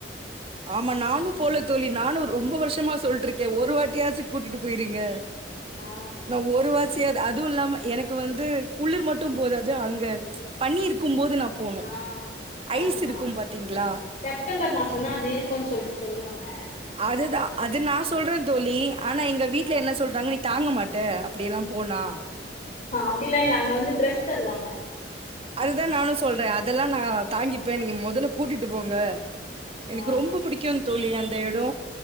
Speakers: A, on the right; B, on the left.
A: ஆமா நானு போல தோழி நானு ரொம்ப வர்ஷமா சொல்லிருக்கே ஒரு வாட்டியாச்சு கூட்டிட்டு போய்றீங்க
B: ஆ
A: நா ஒருவா சேத் <inaudible> அதுவு இல்லாம எனக்கு வந்து குளிர் மட்டு போதாது அங்க பனி இருக்கு போது நா போனு
B: ஆ
A: ஐஸ்
B: அதுதா
A: இருக்கு பாத்தீங்ளா
B: செப்டம்பர் மாசோந்தா அது இருக்குன்னு சொல்ட்டு சொல்லுவாங்க
A: அதுதா அது நா சொல்றே தோழி ஆனா எங்க வீட்ல
B: ஆ
A: என்ன சொல்றாங்க நீ தாங்க மாட்ட அப்டியெல்லா போனா
B: அப்டியெல்லா இல்ல அங்க வந்து டிரஸ் தருவாங்க
A: அதுதா நானு சொல்றே அதெல்லா நா தாங்கிப்பே நீங்க மொதல்ல கூட்டிட் போங்க எனக்கு
B: ஆ
A: ரொம்ப புடிக்கு தோழி அந்த எடோ